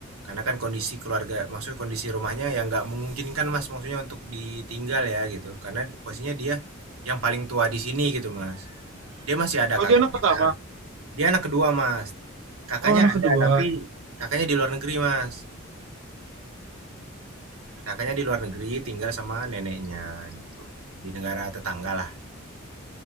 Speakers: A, on the right; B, on the right.
A: karena kan kondisi keluarga maksudnya kondisi rumahnya yang nggak memungkinkan mas maksudnya untuk ditinggal ya gitu karena posisinya dia yang paling tua di sini gitu mas dia masih ada
B: Oh,
A: kakaknya
B: dia anak pertama.
A: Dia anak kedua, Mas. Kakaknya
B: Oh, anak
A: ada,
B: kedua.
A: tapi kakaknya di luar negeri, Mas. Kakaknya di luar negeri tinggal sama neneknya gitu. Di negara tetangga lah.